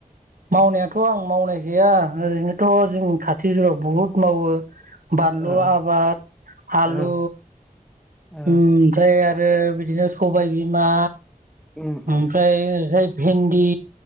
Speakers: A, on the right; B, in the centre.
A: मावनायाथ' आं मावनाय जाया ओरैनोथ' जोंनि खाथि जुरयाव बुहुद मावो। बानलु
B: औ
A: आबाद आलु
B: औ औ
A: ओमफ्राय आरो बिदिनो सबाय बिमा
B: उम
A: ओमफ्राय
B: उम
A: जाय भिन्दि